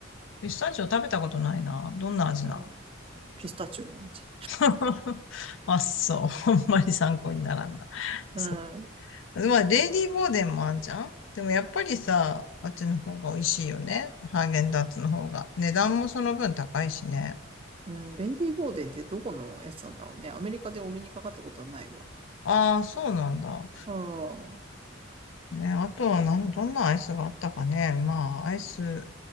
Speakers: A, on the left (about 70°); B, on the right (about 25°).
A: ピスタチオ食べたことないな。どんな味な
B: うん。ピスタチオの味。
A: <laughs> あ、そう。<laughs> あんまり参考にならんな。そ
B: うん。
A: う。まあ、レディーボーデンもあんじゃんでもやっぱりさ、あっちの方が美味しいよね。ハーゲンダッツの方が。値段もその分高いしね。
B: うん。レンディー・ボーデンってどこのやつなんだろうね。アメリカでお目にかかったことはないわ。
A: ああ、そうなんだ。
B: うん。
A: ね、あとはなん、どんなアイスがあったかね。まあ、アイス。